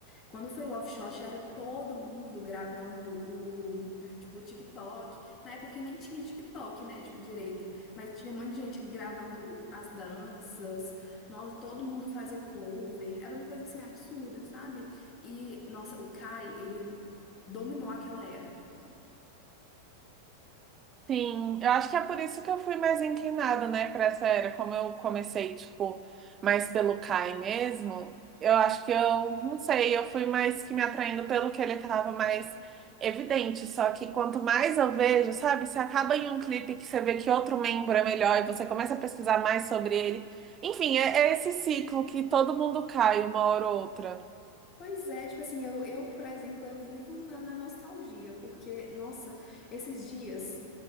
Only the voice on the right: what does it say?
Sim, eu acho que é por isso que eu fui mais inclinada, né, para essa era. Como eu comecei, tipo, mais pelo Kai mesmo, eu acho que eu, não sei, eu fui mais que me atraindo pelo que ele tava mais evidente. Só que quanto mais eu vejo, sabe, você acaba em um clipe que você vê que outro membro é melhor e você começa a pesquisar mais sobre ele. Enfim, é, é esse ciclo que todo mundo cai uma hora ou outra.